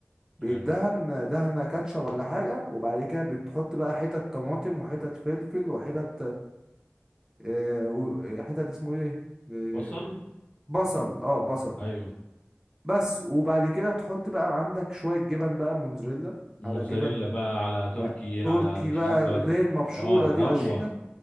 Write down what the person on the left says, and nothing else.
حلو
بصل
ايوه
موتزاريلا
بقى على تركي
على
شيدر
اه
روق